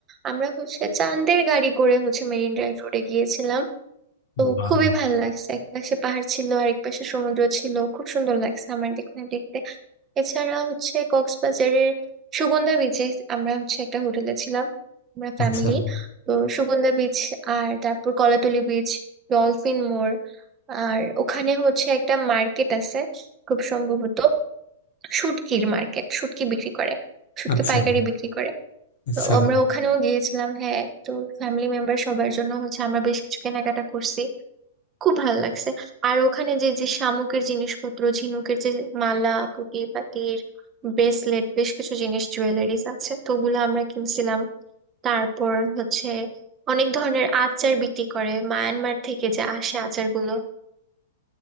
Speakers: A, on the right (about 25°); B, on the left (about 60°).
A: আমরা হচ্ছে চাঁদের গাড়ি করে হচ্ছে মেরিন ড্রাইভ রোডে গিয়েছিলাম তো
B: বাহ।
A: খুবই ভালো লাগছে এক পাশে পাহাড় ছিল আর এক পাশে সমুদ্র ছিল খুব সুন্দর লাগছে আমার দেখুন দেখতে এছাড়া হচ্ছে কক্সবাজারের সুগন্ধা বিচে আমরা হচ্ছে একটা হোটেলে ছিলাম আমরা ফ্যামিলি
B: আচ্ছা
A: তো সুগন্ধা বিচ আর তারপর কলাতলি বিচ ডলফিন মোড় আর ওখানে হচ্ছে একটা মার্কেট আছে খুব সম্ভবত শুটকির মার্কেট শুটকি বিক্রি করে শুটকি
B: আচ্ছা
A: পাইকারি বিক্রি করে
B: আচ্ছা
A: তো আমরা ওখানেও গিয়েছিলাম হ্যাঁ তো ফ্যামিলি মেম্বার সবার জন্য হচ্ছে আমরা বেশ কিছু কেনাকাটা করছি খুব ভালো লাগছে আর ওখানে যে যে শামুকের জিনিসপত্র ঝিনুকের যে মালা পুঁতি পাতির ব্রেসলেট বেশ কিছু জিনিস জুয়েলারিস আছে তো ওগুলো আমরা কিনছিলাম তারপর হচ্ছে অনেক ধরনের আচার বিক্রি করে মায়ানমার থেকে যে আসে আচারগুলো